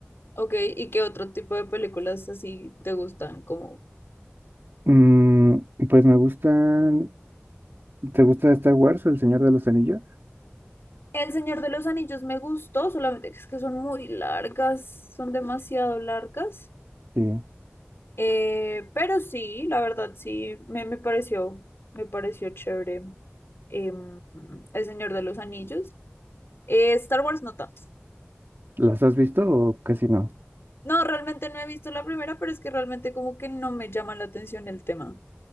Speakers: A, on the left; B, on the right.
A: ok, ¿y qué otro tipo de películas así te gustan? Como
B: Mm, pues me gustan. ¿Te gusta Star Wars o El Señor de los Anillos?
A: El Señor de los Anillos me gustó, solamente que es que son muy largas, son demasiado largas,
B: Sí.
A: eh, pero sí, la verdad sí, me, me pareció, me pareció chévere em, El Señor de los Anillos. Eh, Star Wars no tanto.
B: ¿Las has visto o casi no?
A: No, realmente no he visto la primera, pero es que realmente como que no me llama la atención el tema.